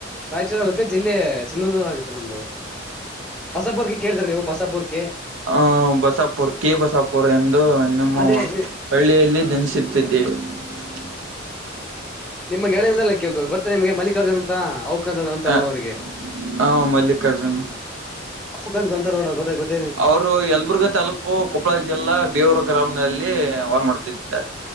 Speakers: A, in the centre; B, on the right.
A: ರಾಯಚೂರು ಮತ್ತೆ ಜಿಲ್ಲೆ ಸಿಂಧನೂರು ಆಗುತ್ತೆ ನಮ್ದು. ಬಸಬುರ್ಕಿ ಕೇಳ್ದಿರೆ ನೀವು ಬಸಬುರ್ಕಿ
B: ಹಾ, ಬಸ್ಸಾಪುರ್, ಕೆ ಬಸ್ಸಪುರ್ ಎಂದು ನಿಮ್ಮ
A: ಅದೇ ನಿ-
B: ಹಳ್ಳಿಯಲ್ಲಿ ನೆಲಿಸಿತ್ತು. ಮತ್ತು ದೇ <unintelligible>
A: ನಿಮ್ಗಳಿಂದಲ್ಲ ಗೊತ್ತನಿಮಗೆ ಮಲ್ಲಿಕಾರ್ಜುನ್ ಅಂತ ಅಂತೋಡ
B: ಅ
A: ಅವಿಗೆ
B: ಮಲ್ಲಿಕಾರ್ಜುನ್
A: ಅವಂತ ಗೊಂತಡ ಗೊತ್ತ ಗೊತ್ತ <unintelligible>
B: ಅವರು ಯಲ್ಬುರ್ಗ ತಾಲೂಕು, ಕೊಪ್ಪಳ ಜಿಲ್ಲಾ, ಬೇವರು ಗ್ರಾಮದಲ್ಲಿ ಹೊಲಮಾಡ್ತಿದ್ದಾರೆ.